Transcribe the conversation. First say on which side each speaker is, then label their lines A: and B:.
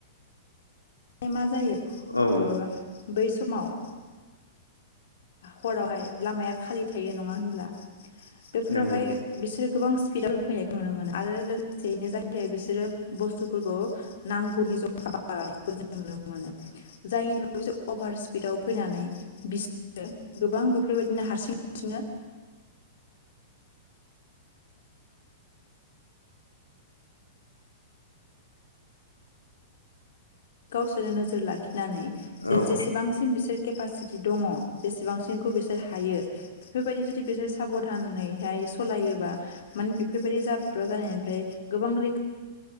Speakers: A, on the left; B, on the left.
A: मा जायो
B: औ
A: ओ बै समाव हरावहाय लामाया खालि थायो नङा होनब्ला? बेफोरावहाय
B: नंगौ
A: बिसोरो गोबां स्पिडआव जों फैनायखौ नुनो मोनो आरो लोगोसेयैनो जाय जाय बिसोरो बुस्थुफोरखौ नांगौनि जखा बारा लानायखौ जों नुनो मोनो जायनि थाखाय बिसोर अभार स्पिडाव फैनानै बिसोरो गोबां बेफोरबायदिनो हारसिं हारसिंनो गावसोरो नोजोर लाखिनानै जे
B: औ
A: जेसेबांसिम बिसोर केपासिटि दङ जेसेबांसिमखौ बिसोर हायो बेफोरबायदि जुदि बिसोर साबधानैैहाय सलायोबा माने बेफोरबायदि जाब्रबथाय जानायनिफ्राय गोबां रैखा